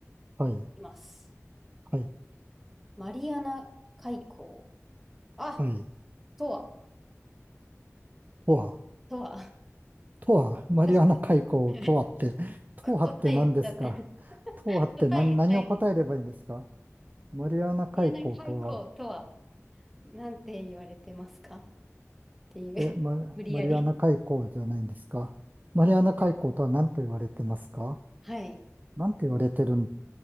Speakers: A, on the right; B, in the centre.
A: はい。
B: いきます。
A: はい。
B: マリアナ海溝。あ、
A: はい。
B: とは、
A: とは。
B: とは。
A: とは、マリアナ海溝とはって、
B: 私 <laughs>、
A: とはって何ですかとはって何、
B: 答え言っちゃった。<laughs> 答え言っちゃいました。
A: 何を答えればいいんですか
B: マ
A: マリアナ海溝とは、
B: リアナ海溝とは、なんて言われてますかっていう。
A: え、マ、
B: 無理やり。
A: マリアナ海溝じゃないんですかマリアナ海溝とは何と言われてますか
B: はい。
A: 何と言われてるん